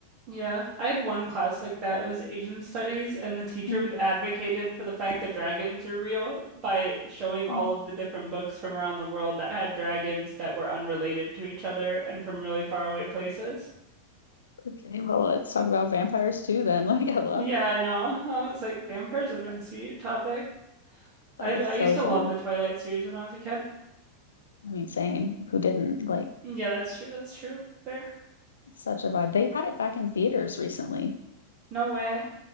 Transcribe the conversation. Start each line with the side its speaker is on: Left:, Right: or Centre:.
Right: Yeah. I had one class like that. It was Asian studies and the teacher
Left: Mhm.
Right: advocated for the fact that dragons are real by showing all
Left: Um,
Right: of the different books from around the world that had dragons that were unrelated to each other and from really far away places.
Left: okay, well, let's talk about vampires too then. <laughs> Like, hello.
Right: Yeah, I know. I was like, vampires would have been a sweet topic. I
Left: That
Right: I
Left: is
Right: used
Left: so
Right: to
Left: funny.
Right: love the Twilight series when I was a kid.
Left: I mean, same. Who didn't? Like,
Right: Yeah, that's true. That's true. Fair.
Left: such a vibe. They had it back in theaters recently.
Right: No way.